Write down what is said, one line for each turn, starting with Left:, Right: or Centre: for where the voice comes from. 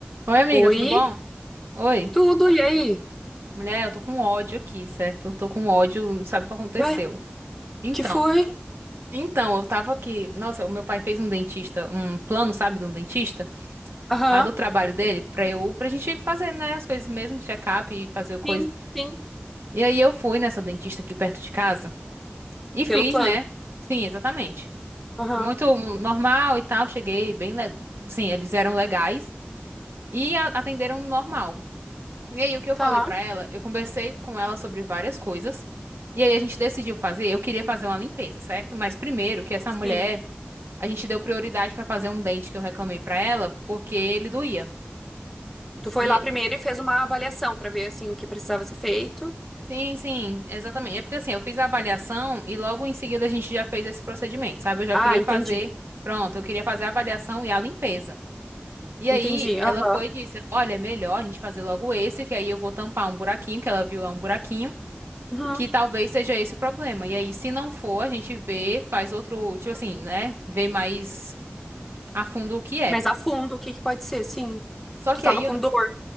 Right: Oi, amiga,
Centre: Oi,
Right: tudo bom? Oi.
Centre: tudo, e aí?
Right: Mulher, eu tô com ódio aqui, certo? Eu tô com ódio, não sabe o que aconteceu?
Centre: Ué,
Right: Então,
Centre: que foi?
Right: então, eu tava aqui. Nossa, o meu pai fez um dentista, um plano, sabe, de um dentista,
Centre: Aham,
Right: lá do trabalho dele, pra eu, pra gente fazer, né, as coisas mesmo, check-up e fazer coisa.
Centre: Sim, sim,
Right: E aí eu fui nessa dentista aqui perto de casa e fiz,
Centre: pelo plano.
Right: né? Sim, exatamente.
Centre: Aham,
Right: Muito normal e tal, cheguei bem, le... sim, eles eram legais e a- atenderam normal. E aí, o que eu
Centre: Tá,
Right: falei pra ela? Eu conversei com ela sobre várias coisas. E aí, a gente decidiu fazer. Eu queria fazer uma limpeza, certo? Mas primeiro, que essa
Centre: sim.
Right: mulher, a gente deu prioridade pra fazer um dente que eu reclamei pra ela, porque ele doía.
Centre: Tu foi
Right: E
Centre: lá primeiro e fez uma avaliação pra ver, assim, o que precisava ser feito.
Right: sim, sim, exatamente. É porque assim, eu fiz a avaliação e logo em seguida a gente já fez esse procedimento, sabe? Eu já
Centre: Ah,
Right: queria
Centre: entendi,
Right: fazer, pronto, eu queria fazer a avaliação e a limpeza. E
Centre: entendi,
Right: aí, ela
Centre: aham.
Right: foi e disse: "Olha, é melhor a gente fazer logo esse, que aí eu vou tampar um buraquinho, que ela viu lá um buraquinho.
Centre: Uhum.
Right: Que talvez seja esse o problema. E aí, se não for, a gente vê, faz outro, tipo assim, né? Vê mais a fundo o que é.
Centre: Mas a fundo, o que que pode ser? Sim,
Right: Só
Centre: tu
Right: que
Centre: tava
Right: aí,
Centre: com
Right: eu-
Centre: dor,